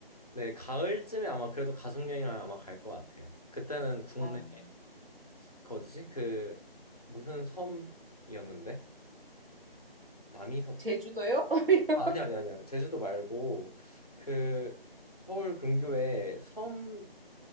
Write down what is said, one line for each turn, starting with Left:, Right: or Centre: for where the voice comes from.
Left: 네, 가을쯤에 아마 그래도 가족 여행을 아마 갈 것 같아요. 그때는 국내
Right: 아,
Left: 그 어디지? 그 무슨 섬이었는데? 남이섬.
Right: 제주도요? <laughs>
Left: 아, 아니 아니 아니요. 제주도 말고 그 서울 근교에 섬이라고